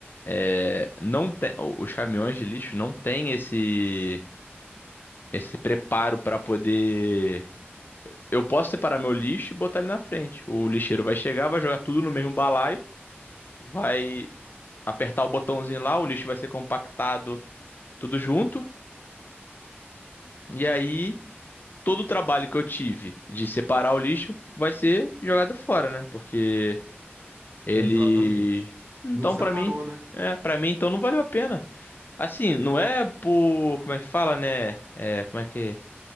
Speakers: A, on the left; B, on the right.
A: É, não tem, os caminhões de lixo não têm esse esse preparo para poder Eu posso separar meu lixo e botar ele na frente. O lixeiro vai chegar, vai jogar tudo no mesmo balaio, vai apertar o botãozinho lá, o lixo vai ser compactado tudo junto. E aí, todo o trabalho que eu tive de separar o lixo vai ser jogado fora, né? Porque ele.
B: Exatamente.
A: Então,
B: Não separou,
A: pra mim.
B: né?
A: É, para mim, então não valeu a pena. Assim, não é por. Como é que fala, né? É, como é que.